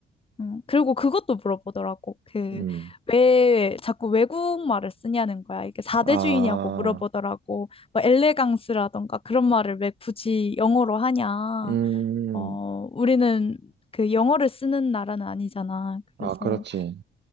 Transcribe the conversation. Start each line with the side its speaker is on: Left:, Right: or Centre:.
Left: 음, 그리고 그것도 물어보더라고. 그,
Right: 음,
Left: 왜 자꾸 외국말을 쓰냐는 거야. 이게 4대주의냐고
Right: 아,
Left: 물어보더라고. 뭐, 엘레강스라던가 그런 말을 왜 굳이 영어로 하냐.
Right: 음,
Left: 어, 우리는 그 영어를 쓰는 나라는 아니잖아.
Right: 아,
Left: 그래서,
Right: 그렇지.